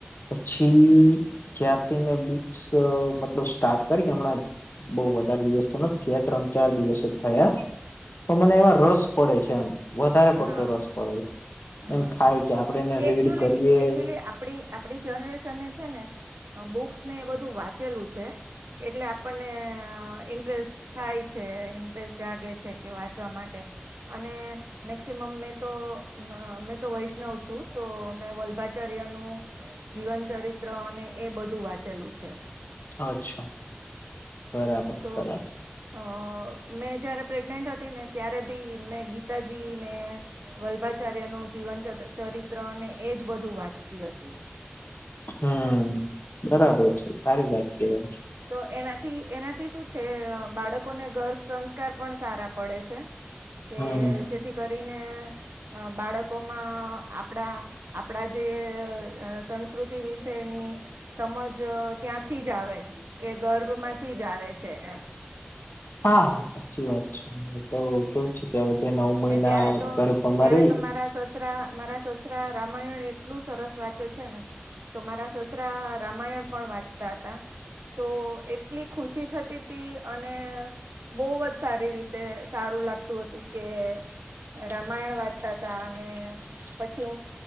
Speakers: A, on the left (about 60°); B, on the right (about 75°).
A: પછી જયાર્થી મેં બુ મતલબ, સ્ટાર્ટ કરીને હમણાં બઉ વધારે દિવસ થયા ત્રણ, ચાર દિવસ થયા તો મને એવા રસ પડે છે એમ વધારે પડતો,
B: હા
A: રસ પડે
B: હમ
A: એમ થાય કે આપણે એને રીડ
B: એકચુલી
A: કરીએ
B: એકચુલી આપડી આપડી જનરેશનને છે ને આ બુક્સ ને એ બધું વાંચેલું છે એટલે આપણને ઇન્ટરેસ્ટ થાય છે, ઇન્ટરેસ્ટ જાગે છે કે વાંચવા માટે અને મેક્સિમમ મેં તો મેં તો વૈષ્ણવ છું, તો મેં વલ્ભાચાર્યનું જીવન ચરિત્ર અને, એ બધું વાંચેલું છે.
A: અચ્છા બરાબર
B: તો,
A: બરાબર
B: અ મેં જ્યારે પ્રેગ્નેન્ટ હતી ને, ત્યારે બી મેં ગીતાજીને વલ્ભાચાર્યનું જીવન ચ રિત્ર અને, એજ બધું વાંચતી હતી.
A: હમ બરાબર છે, સારી વાત કેવાય
B: તો એનાથી એનાથી શું છે, બાળકોને ગર્ભ સંસ્કાર પણ સારા પડે છે, કે
A: હમ
B: જેથી કરીને અ બાળકોમાં આપણા આપણા જે, સંસ્કૃતિ વિશે ની, સમજ ત્યાંથી જ આવે કે ગર્ભમાંથી જ આવે છે, એમ
A: હા, હા સાચી વાત છે, એ તો કેવું છે કે જે નવ મહિના
B: ને ત્યારે તો
A: ઘરમા
B: ત્યારે
A: રહી
B: તો મારા સસરા મારા સસરા રામાયણ એટલું સરસ વાંચે છે ને, તો મારા સસરા રામાયણ પણ વાંચતા હતા તો, એટલી ખુશી થતી ત અને બોહવ જ સારી રીતે સારું લાગતું હતું. કે રામાયણ વાંચતા હતા અને, પછી